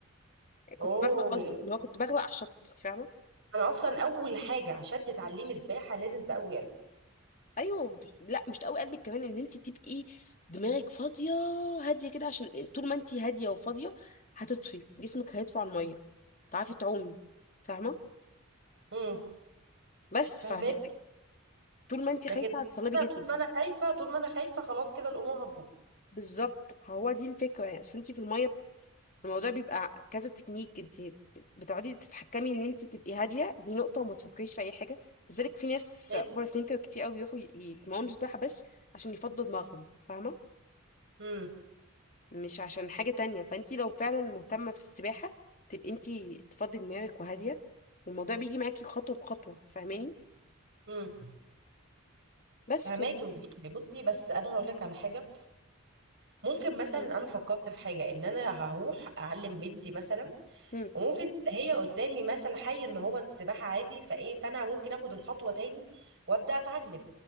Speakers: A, on the left (about 40°); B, on the right (about 60°).
A: كنت
B: اوه
A: بغرق قصدي اللي هو كنت بغرق على الشط انت فاهمه
B: انا اصلا اول حاجه عشان تتعلمي سباحه لازم تقوي قلبك
A: ايوه د- لا مش قوي قلبك كمان ان انت تبقي دماغك فاضيه هاديه كده عشان طول ما انت هاديه وفاضيه هتطفي جسمك هيطفو على الميه تعرفي تعومي فاهمه
B: امم
A: بس
B: فاهمه
A: فطول ما انت
B: لكن
A: خايفه هتصلبي
B: أنا
A: جسمك
B: طول ما انا خايفه طول ما انا خايفه خلاص كده الامور هتبوظ
A: بالظبط هو دي الفكره يعني اصل انت في الميه الموضوع بيبقى كذا تكنيك انت بتقعدي تتحكمي ان انت تبقي هاديه دي نقطه وما تفكريش في اي حاجه لذلك في ناس
B: تمام
A: اوفر ثينكر كتير قوي بيروحوا يتمرنوا سباحه بس عشان يفضوا دماغهم فاهمه
B: امم
A: مش عشان حاجه تانية فانت لو فعلا مهتمه في السباحه تبقي انت تفضي دماغك وهاديه والموضوع بيجي معاكي خطوه بخطوه فاهماني
B: امم
A: بس
B: فهماكي
A: يا ستي
B: والله. بصي بس انا هقول لك على حاجه ممكن مثلا
A: مم.
B: انا فكرت في حاجه ان انا هروح اعلم بنتي مثلا
A: مم.
B: وممكن تبقى هي قدامي مثل حي ان هو السباحه عادي فايه فانا ممكن اخد الخطوه تاني وابدا اتعلم